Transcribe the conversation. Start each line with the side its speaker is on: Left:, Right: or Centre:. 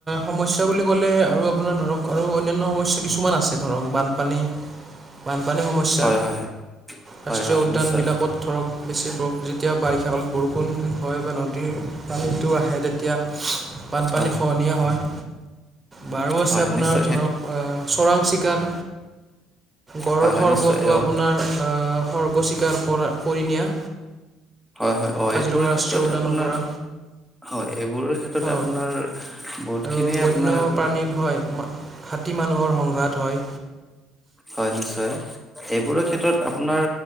Right: সমস্যা বুলি ক'লে আৰু আপোনাৰ ধৰক আৰু অন্যান্য সমস্যা কিছুমান আছে ধৰক বানপানী, বানপানীৰ সমস্যা,
Centre: হয় হয়
Right: ৰাষ্ট্ৰীয়
Centre: হয় হয়
Right: উদ্যানবিলাকত
Centre: নিশ্চয়
Right: ধৰক বেছি যেতিয়া বাৰিষা কালত বৰষুণ হয় বা নদীৰ পানীটো আহে তেতিয়া বানপানী
Centre: হয়
Right: খহনীয়া হয়। বাৰু আছে
Centre: হয়
Right: আপোনাৰ
Centre: নিশ্চয়
Right: ধৰক
Centre: সেই
Right: চোৰাং চিকাৰ, গড়ৰ
Centre: হয় হয়
Right: খৰ্গটো
Centre: নিশ্চয় অ
Right: আপোনাৰ আ, খৰ্গ চিকাৰ কৰা-কৰি নিয়া।
Centre: হয়, হয় অ,
Right: কাজিৰঙা
Centre: এইবোৰৰ
Right: ৰাষ্ট্ৰীয়
Centre: ক্ষেত্ৰত
Right: উদ্যানৰ
Centre: আপোনাৰ
Right: পৰা
Centre: হয় এইবোৰ, ক্ষেত্ৰত
Right: অঁ
Centre: আপোনাৰ বহুতখিনিয়ে
Right: আৰু বন্যপ্ৰাণীৰ
Centre: আপোনাৰ
Right: হয় হাতী মানুহৰ সংঘাত হয়,
Centre: হয়, নিশ্চয় এইবোৰৰ ক্ষেত্ৰত আপোনাৰ